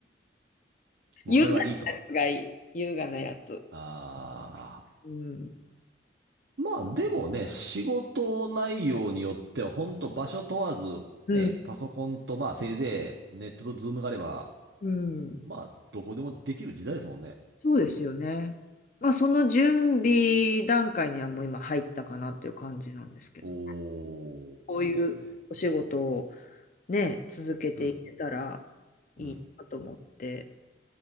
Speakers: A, on the right (about 75°); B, on the left (about 45°).
A: もうそれはいいと。
B: 優雅がいい優雅なやつ
A: ああ。
B: うん
A: まあでもね、仕事内容によっては、本当場所問わず、
B: うん、
A: ね、パソコンとまあせいぜいネットとズームがあれば、
B: うん、
A: まあ、どこでもできる時代ですもんね。
B: そうですよね。まあ、その準備段階にはもう今入ったかなっていう感じなんですけど。
A: おー、
B: こういうお仕事を
A: いいですね。
B: ね、続けていけたら
A: うん、
B: いいなと思って。
A: うん。